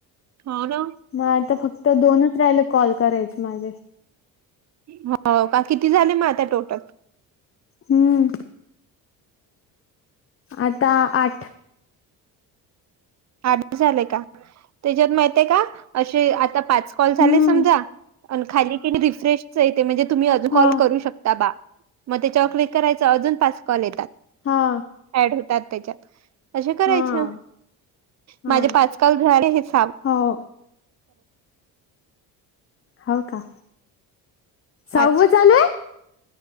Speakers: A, on the right; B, on the left.
A: हो ना
B: मग आता फक्त दोनच राहिले कॉल करायचे माझे.
A: हो का किती झाले मग आता टोटल.
B: हम्म. आता आठ.
A: आदि झालंय का, त्याच्यात माहितय का असे आता पाच कॉल झाले
B: हम्म
A: समजा खाली किनी रिफ्रेश व्हायचेत म्हणजे तुम्ही अजून कॉल
B: हा
A: करू शकता बा मग त्याच्यावर क्लिक करायच अजून पाच कॉल येतात.
B: हा.
A: ऍड होतात त्याच्यात, असं करायचं.
B: हा हा
A: माझे पाचकाँल झा हे सां
B: हो. हो का, साव्व
A: अच्छा
B: चाल